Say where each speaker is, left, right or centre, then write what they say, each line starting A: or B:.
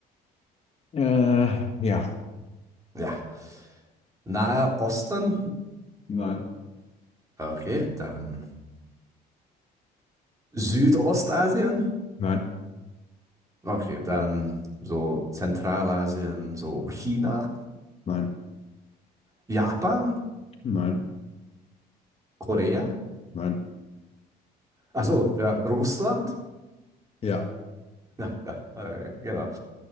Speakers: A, on the left (about 35°); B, on the right (about 20°).
A: Äh, ja.
B: Ja. Nahe Osten?
A: Nein.
B: Okay, dann Südostasien?
A: Nein,
B: Okay, dann so Zentralasien, so China,
A: nein,
B: Japan,
A: nein,
B: Korea?
A: nein.
B: Also ja, Russland?
A: Ja.
B: Ja, ja, okay, genau.